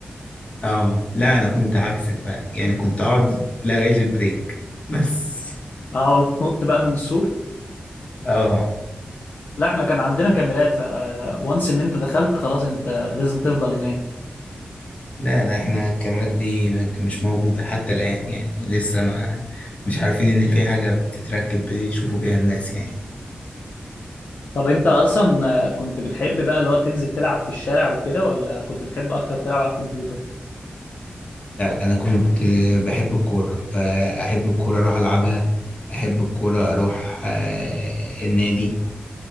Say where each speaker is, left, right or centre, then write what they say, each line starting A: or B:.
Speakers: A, on the left; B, on the left.
A: اه لا انا كنت عكسك بقى يعني كنت اقعد لغاية البريك بس
B: اه وتنط بقى من السور
A: اه
B: لا احنا كان عندنا كاميرات ف وانس ان انت دخلت خلاص انت لازم تفضل هناك
A: لا لا احنا الكاميرات دي ما- مش موجودة حتى الآن يعني لسه ما مش عارفين ان في حاجة بتتركب بيشوفوا بيها الناس يعني
B: طب انت اصلا كنت بتحب بقى اللي هو تنزل تلعب في الشارع وكده ولا كنت بتحب اكتر تلعب على الكمبيوتر
A: لا انا كنت بحب الكورة فاحب الكورة اروح العبها احب الكورة اروح آه، النادي